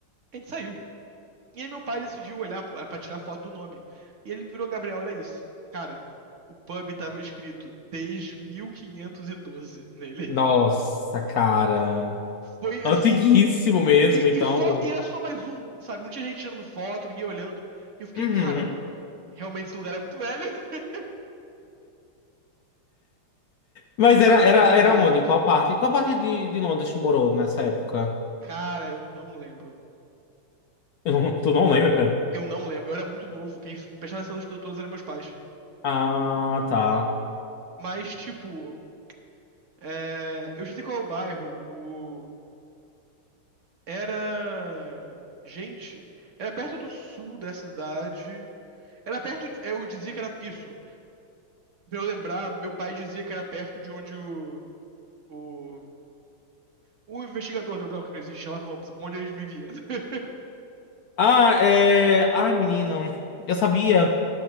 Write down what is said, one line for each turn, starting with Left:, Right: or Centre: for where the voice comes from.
Right: A gente saiu. E aí meu pai decidiu olhar pra pra tirar foto do nome. E ele virou, Gabriel, olha isso. Cara, o pub tava escrito desde 1512 nele.
Left: Nossa, cara.
Right: <laughs> Foi
Left: Antiguíssimo
Right: assim,
Left: mesmo,
Right: E,
Left: então.
Right: e só, e era só mais um, sabe? Não tinha gente tirando foto, ninguém olhando. E eu fiquei,
Left: Uhum.
Right: cara, realmente esse lugar é muito velho. <laughs>
Left: Mas era,
Right: Foi
Left: era,
Right: muito
Left: era
Right: impressionante.
Left: onde? Qual parte? Qual parte de, de Londres tu morou nessa época?
Right: Cara, eu não lembro.
Left: <laughs> Eu não- tu não lembra?
Right: Eu não lembro. Eu era muito novo. Quem prestava atenção nessas coisas todas eram meus pais.
Left: Ah, tá.
Right: Mas, tipo, é, eu já sei qual é o bairro. O... Era. Gente, era perto do sul da cidade. Era perto. de- Eu dizia que era isso. Pra eu lembrar, meu pai dizia que era perto de onde o. O. O investigador deu branco que não existe Sherlock Holmes, onde ele vivia. <laughs>
Left: Ah, é. Ai, menino. Eu sabia.